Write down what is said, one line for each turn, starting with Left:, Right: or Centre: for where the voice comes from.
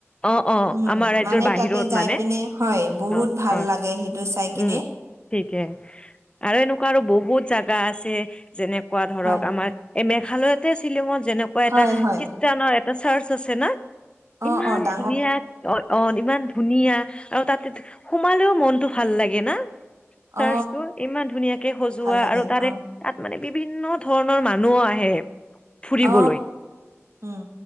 Left: অ অ
Right: উম
Left: আমাৰ ৰাজ্যৰ
Right: মানে
Left: বাহিৰত
Right: তাতে যাই
Left: মানে
Right: পিনে হয় বহুত
Left: অ
Right: ভাল
Left: অ
Right: লাগে সেইটো চাই কিনে
Left: উম ঠিকে আৰু এনেকুৱা আৰু বহুত জাগা আছে যেনেকুৱা ধৰক
Right: হয়
Left: আমাৰ এই মেঘালয়তে শ্বিলঙত যেনেকুৱা এটা
Right: হয়
Left: খ্ৰীষ্টানৰ
Right: হয়
Left: এটা চাৰ্চ আছে না ইমান
Right: অ অ দা
Left: ধুনীয়া অ অ ইমান ধুনীয়া আৰু তাতে সোমালেও মনটো ভাল লাগে না
Right: অ
Left: চাৰ্চটো ইমান ধুনীয়াকে সজোৱা
Right: ভাল লাগে
Left: আৰু তাৰে
Right: অ
Left: তাত মানে বিভিন্ন ধৰণৰ মানুহ আহে ফুৰিবলৈ
Right: অ উম